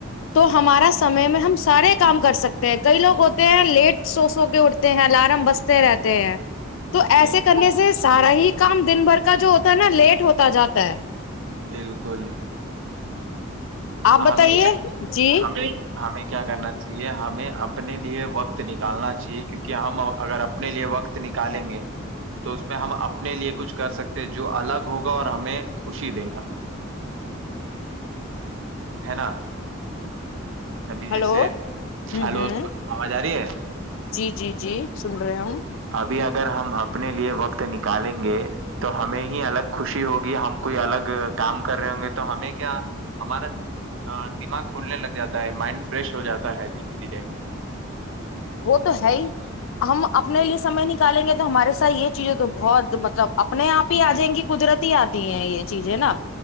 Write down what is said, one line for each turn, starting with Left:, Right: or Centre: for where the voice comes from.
Left: تو ہمارا سمے میں ہم سارے کام کر سکتے ہیں کئی لوگ ہوتے ہیں لیٹ سو سو کے اٹتے ہیں الارم بستے رہتے ہیں تو
Right: بالکل
Left: ایسے کرنے سے سارا ہی کام دن بھر کا جو ہوتا ہے نا لیٹ ہوتا جاتا ہے
Right: بالکل
Left: آپ بتائیے
Right: ہمیں
Left: جی
Right: ہمیں ہمیں کیا کرنا چاہیے ہم ہمیں اپنے لیے وقت نکالنا چاہیے کیونکہ ہم اگر اپنے لیے وقت نکالیں گے تو اس میں ہم اپنے لیے کچھ کر سکتے جو الگ ہوگا اور ہمیں خوشی دے گا ہے نا ابھی جیسے
Left: ہلو ہوں
Right: ہلو
Left: ہوں
Right: آواز آ رہی ہے
Left: جی جی جی سن رہے ہوں
Right: ابھی اگر ہم اپنے لیے وقت نکالیں گے تو ہمیں ہی الگ خوشی ہوگی ہم کوئی الگ کام کر رہے ہوں گے تو ہمیں کیا ہمارا دماغ کھلنے لگ جاتا ہے مائنڈ فریش ہو جاتا ہے دھیرے دھیرے
Left: وہ تو ہے ہی ہم اپنے لیے سمے نکالیں گے تو ہمارے ساتھ یہ چیزیں تو بہت مطلب اپنے آپ ہی آ جائیں گی قدرتی آتی ہیں یہ چیزیں نا